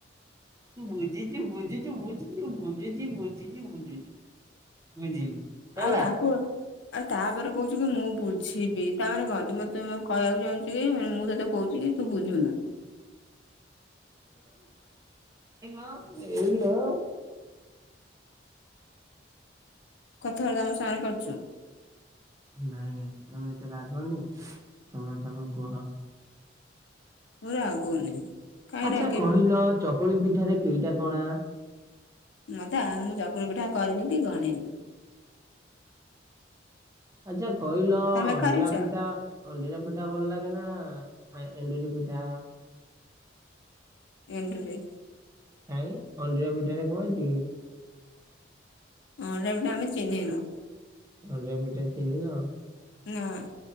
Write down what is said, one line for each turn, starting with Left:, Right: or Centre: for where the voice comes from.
Right: ବୁଝିଛୁ ବୁଝିଛୁ ବୁଝିଛୁ ବୁଝିଛିୁ ବୁଝିଛୁ ବୁଝୁଛୁ ବୁଝିଲି। ହେଲା।
Left: ଆଉ ତାହା କୁହ ଆଉ ତାପରେ କହୁଛୁ କି ମୁଁ ବୁଝିବି। ତା ମାନେ କଣ ତୁ ମୋତେ କହିବାକୁ ଚାହୁଁଛୁ କି ମାନେ ମୁଁ ତତେ କହୁଛି କି ତୁ ବୁଝୁନୁ।
Right: ହ ଏଇଲୋ
Left: କଥାବାର୍ତ୍ତା ମୋ ସାଙ୍ଗରେ କରିଛୁ।
Right: ନାଇଁ ନାଇ ତମେ ଏତେ ରାଗନି ତମେ କଣ କୁହ।
Left: ମୁଁ ରାଗୁନି। କାହିଁ
Right: ଆଚ୍ଛା
Left: ରାଗିବି
Right: କହିଲ ଚକୁଳି ପି ଏଠାରେ କେଇଟା କଣା।
Left: ମତେ ମୁଁ ଚକୁଳି ପିଠା କରିନି କି ଗଣିନି।
Right: ଆଚ୍ଛା କହିଲ ଅଣ୍ଡିରା
Left: ତମେ କରିଛ
Right: ପିଠା ଅଣ୍ଡିରା ପିଠା ଭଲ ଲାଗେ ନା ଆ ଏଣ୍ଡୁରି ପିଠା।
Left: ଏଣ୍ଡୁରି।
Right: କାଇଁ ଅଣ୍ଡିରା ପିଠାରେ କଣ ଅଛି କି?
Left: ଅଣ୍ଡିରା ପିଠା ଆମେ ଚିହ୍ନି ନୁ।
Right: ଅଣ୍ଡିରା ପିଠା ଚିହ୍ନି ନ।
Left: ନାଁ।